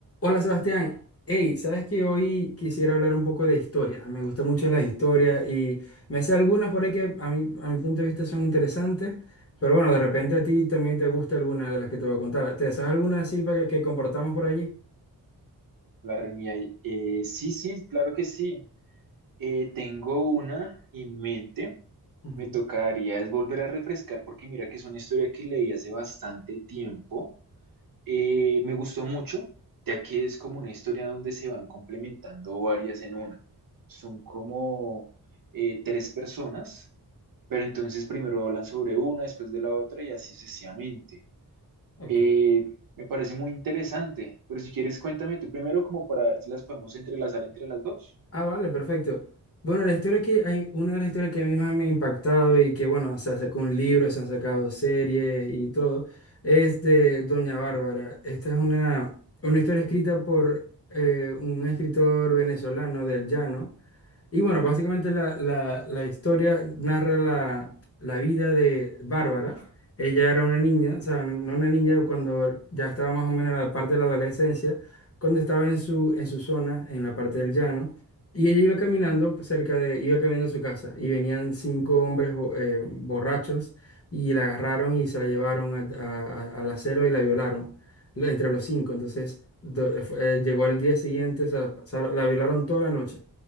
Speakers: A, on the left (about 35°); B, on the right (about 60°).
A: Hola Sebastián, hey, sabes que hoy quisiera hablar un poco de historia. Me gustan mucho las historias y me sé algunas por ahí que a mí, a mi punto de vista son interesantes, pero bueno, de repente a ti también te gusta alguna de las que te voy a contar. ¿Te sabes alguna así para que, que compartamos por allí?
B: La reunión ahí. Eh, sí, sí, claro que sí. Eh, tengo una en mente.
A: Ujú,
B: Me tocaría es volver a refrescar porque mira que es una historia que leí hace bastante tiempo. Eh, me gustó mucho, ya que es como una historia donde se van complementando varias en una. Son como eh, tres personas, pero entonces primero hablan sobre una, después de la otra y así sucesivamente.
A: ok.
B: Eh, me parece muy interesante, pero si quieres cuéntame tú primero como para ver si las podemos entrelazar entre las dos.
A: Ah, vale, perfecto. Bueno, la historia que hay, una de las historias que a mí más me ha impactado y que, bueno, se sacó un libro, se han sacado series y todo, es de Doña Bárbara. Esta es una, una historia escrita por eh, un escritor venezolano del Llano. Y bueno, básicamente la, la- la historia narra la, la vida de Bárbara. Ella era una niña, o sea, no una niña cuando ya estaba más o menos en la parte de la adolescencia, cuando estaba en su, en su zona, en la parte del llano, y ella iba caminando cerca de, iba caminando a su casa, y venían cinco hombres bo- eh, borrachos, y la agarraron y se la llevaron a, a- a- a la celda y la violaron, lo- entre los cinco. Entonces, do- eh, fue- eh, llegó al día siguiente, o sea, pasaron- la violaron toda la noche.